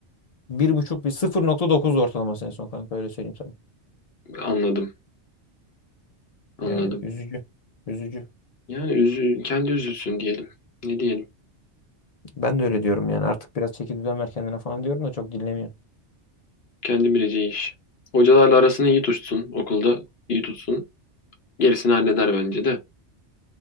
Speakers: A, on the left; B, on the left.
A: Bir buçuk bir sıfır nokta dokuz ortalaması en son kanka öyle söyleyeyim sana.
B: Anladım, anladım.
A: Yani üzücü. Üzücü.
B: Yani üzü, kendi üzülsün diyelim. Ne diyelim?
A: Ben de öyle diyorum yani artık biraz çeki düzen ver kendine falan diyorum da çok dinlemiyor.
B: Kendi bileceği iş. Hocalarla arasını iyi tutsun, okulda iyi tutsun. Gerisini halleder bence de.